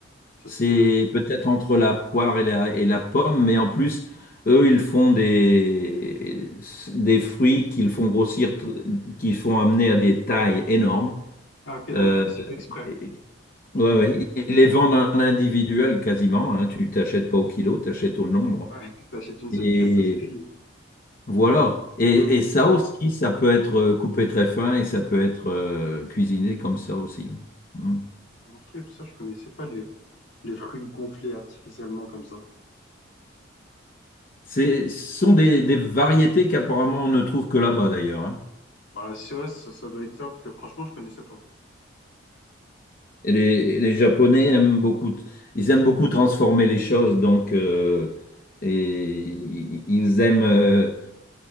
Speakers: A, on the left; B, on the left.
A: Ça
B: C'est
A: se- euh,
B: peut-être entre la poire et la, et la pomme, mais en plus, eux, ils font des, des fruits qu'ils font grossir, tr- qu'ils font amener à des tailles énormes.
A: Ah, ok, donc
B: Euh,
A: c'est fait exprès.
B: et- ouais, ouais. Ils les vendent en individuel quasiment. hein. Tu t'achètes pas au kilo, t'achètes au nombre.
A: Ouais, <laughs> t'achètes une seule
B: Et
A: pièce, ça suffit.
B: voilà. Et,
A: Hmm.
B: et ça aussi, ça peut être euh, coupé très fin et ça peut être euh, cuisiné comme ça aussi. Hmm.
A: Ok, ça, je connaissais pas les... Les fruits gonflés artificiellement comme ça.
B: C'est- Ce sont des, des variétés qu'apparemment on ne trouve que là-bas d'ailleurs. hein.
A: Bah, c'est vrai, ça, ça doit être ça, parce que franchement, je connaissais pas.
B: Et les, les Japonais aiment beaucoup, ils aiment beaucoup transformer les choses, donc euh, et i- ils aiment euh,